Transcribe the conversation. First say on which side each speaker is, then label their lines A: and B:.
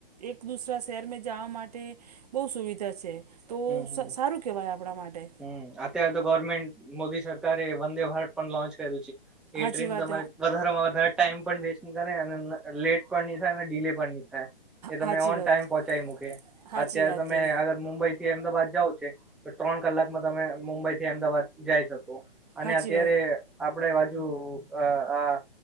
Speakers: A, on the right; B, in the centre.
A: એક દુસરા શહેરમાં જાવા માટે બહુ સુવિધા છે. તો
B: હમ હમ
A: સ સારું કહેવાય આપણા માટે.
B: હમ અત્યારે તો ગવર્મેન્ટ મોદી સરકારે વંદે ભારત પણ લોન્ચ કર્યું છે.
A: સાચી
B: એ ટ્રેન
A: વાત
B: તમારે વધારેમાં વધારે ટાઈમ પણ વેસ્ટ નહી કરે અને લેટ પણ નહી થાય ડીલે પણ નહી થાય. એ તમે
A: સાચી
B: ઓન
A: વાત
B: ટાઈમ પહોંચાી મૂકે
A: હાચી
B: અત્યારે
A: વાત
B: તમે.
A: હે.
B: મુંબઈ થી અમદાવાાદ જાવ છે તો ત્રણ કલાકમાં તમે મુંબઈ થી અમદાવાાદ જઈ શકો. અને
A: હાચી
B: અત્યારે
A: વાત. હાચી વાત
B: આપડે બાજુ અ આ